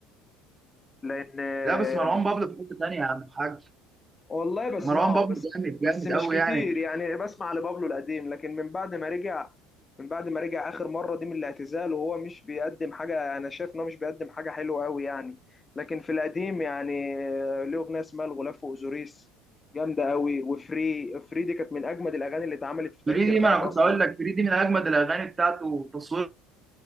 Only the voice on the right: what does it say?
لا بس مروان بابلو في حته ثانيه يا عم الحاج
مروان بابلو
جامد
جامد
قوي
يعني
فريدي
ما انا
كنت اقول لك فريدي من اجمد الاغاني بتاعته تصوير